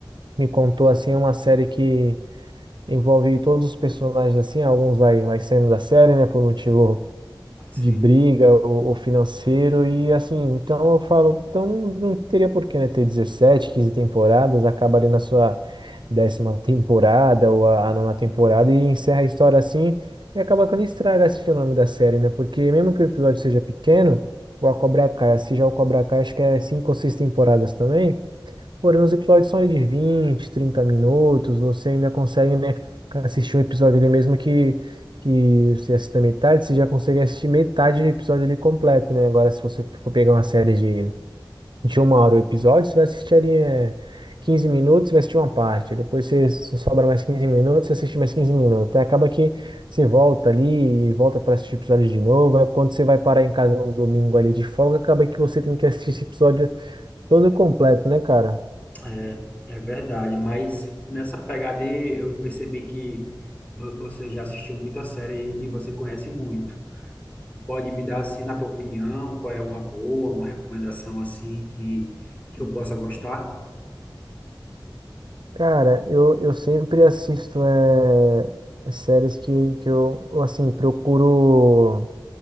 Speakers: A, on the right; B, on the left.
A: me contou, assim, é uma série que envolve todos os personagens assim, alguns vai, vai saindo da série, né, por motivo
B: Sim.
A: de briga ou, ou financeiro, e assim, então eu falo, então não, não teria por que, né, ter 17 15 temporadas, acaba ali na sua décima temporada ou a, a nona temporada e encerra a história assim, e acaba que não estraga assim, o nome da série, né, porque mesmo que o episódio seja pequeno, o A Cobra Kai, se já o Cobra Kai, acho que é cinco ou seis temporadas também, Porém, os episódios são aí de vinte, trinta minutos, você ainda consegue, né, assistir um episódio ali mesmo que, que você assista metade, você já consegue assistir metade do episódio ali completo, né? Agora, se você for pegar uma série de, de uma hora o episódio, você vai assistir ali, é, 15 minutos, você vai assistir uma parte, depois você, você sobra mais 15 minutos, você assiste mais 15 minutos. Aí acaba que você volta ali e volta para assistir episódio de novo, aí quando você vai parar em casa no domingo ali de folga, acaba que você tem que assistir esse episódio todo completo, né, cara?
B: É, é verdade, mas nessa pegada aí, eu percebi que vo- você já assistiu muita série aí que você conhece muito. Tu pode me dar, assim, na tua opinião, qual é uma boa, uma recomendação, assim, que, que eu possa gostar?
A: Cara, eu, eu sempre assisto é, as séries que, que eu, eu, assim, procuro,